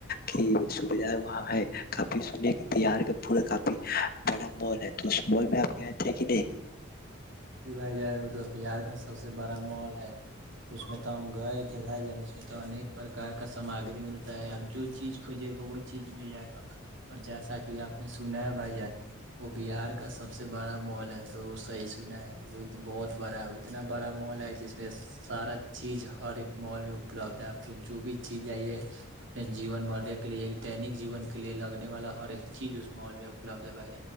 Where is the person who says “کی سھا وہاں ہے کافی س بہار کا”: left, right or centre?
Left